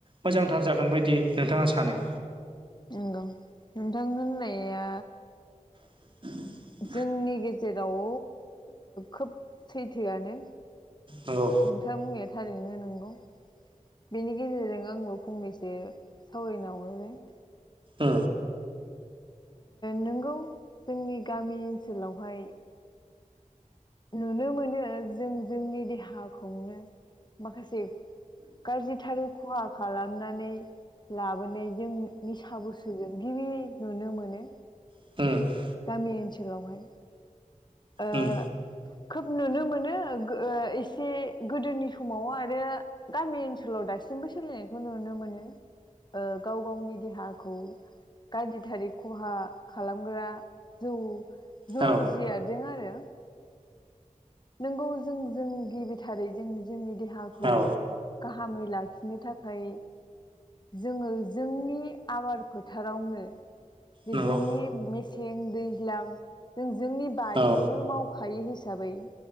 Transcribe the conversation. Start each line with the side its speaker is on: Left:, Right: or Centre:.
Right: मोजांथार जागोन बायदि नोंथाङा सानो
Left: नंगौ नोंथां होननाया
Right: <unintelligible>
Left: जोंनि गेजेराव खोब सैथोआनो
Right: नंगौ
Left: नोंथाङा बुंनाया थारैनो नोंगौ बेनि गेजेरजों आंबो फंनैसो सावरायना <unintelligible>
Right: ओ
Left: नोंगौ जोंनि गामि ओनसोलावहाय नुनो मोनो जों जोंनि देहाखौनो माखासे गाज्रिथारै खहा खालामनानै लाबोनाय जों निसा बुस्सुजों गिबि नुनो मोनो
Right: <unintelligible>
Left: गामि ओनसोलावहाय ओ
Right: उम उम
Left: खोब नुनो मोनो ओ एसे गोदोनि समाव आरो गामि ओनसोलाव दासिमबो सोलिनायखौ नुनो मोनो गाव गावनि देहाखौ गाज्रि थारै खहा खालामग्रा जौ जौ
Right: औ
Left: जियादजों आरो नोंगौ जों जों गिबिथारै जों जोंनि देहाखौ
Right: औ
Left: गाहामै लाखिनो थाखाय जोङो जोंनि आबाद फोथारावनो जे
Right: नंगौ
Left: जोंनि मेसें दैज्लां जों जोंनि बारियावनो
Right: औ
Left: माव खायै हिसाबै